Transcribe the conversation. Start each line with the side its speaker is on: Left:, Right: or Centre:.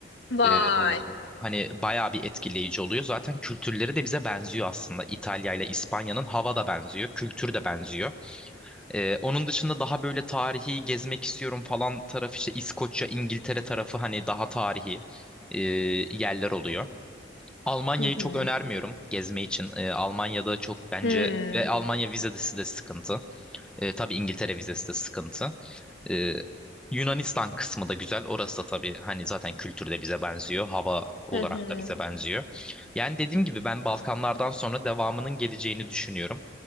Left: Vay.
Centre: Ee, e, hani bayağı bir etkileyici oluyor. Zaten kültürleri de bize benziyor aslında. İtalya ile İspanya'nın hava da benziyor, kültür de benziyor. Ee, onun dışında daha böyle tarihi gezmek istiyorum falan tarafı işte İskoçya, İngiltere tarafı hani daha tarihi e, yerler oluyor. Almanya'yı
Left: Hı hı.
Centre: çok önermiyorum gezme için. Ee, Almanya'da çok bence
Left: Hı hı.
Centre: ve Almanya vizesi de sıkıntı. Ee, tabii İngiltere vizesi de sıkıntı. Ee, Yunanistan kısmı da güzel. Orası da tabii hani zaten kültürde bize benziyor. Hava olarak
Left: Hı hı.
Centre: da bize benziyor. Yani dediğim gibi ben Balkanlardan sonra devamının geleceğini düşünüyorum.